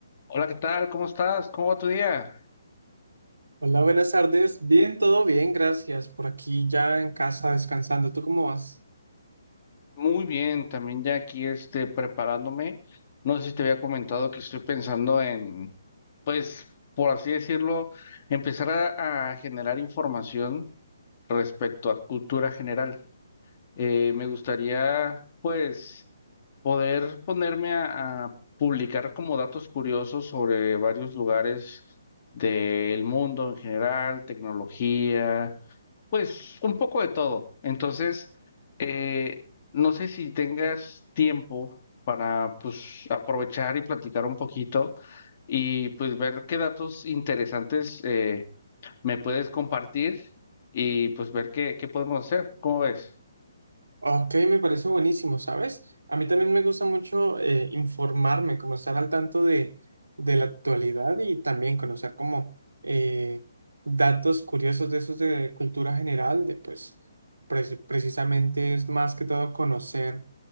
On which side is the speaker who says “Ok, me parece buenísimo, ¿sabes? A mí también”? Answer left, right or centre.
Right